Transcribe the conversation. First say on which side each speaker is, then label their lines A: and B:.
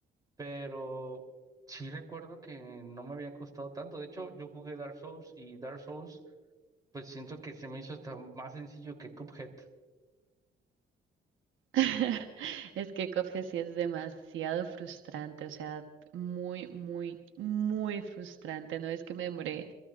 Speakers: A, on the right; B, on the right.
A: pero sí recuerdo que no me había costado tanto. De hecho, yo jugué Dark Souls y Dark Souls, pues siento que se me hizo hasta más sencillo que Cuphead.
B: <laughs> Es que Cuphead sí es demasiado frustrante, o sea, muy, muy, muy frustrante. No es que me demoré,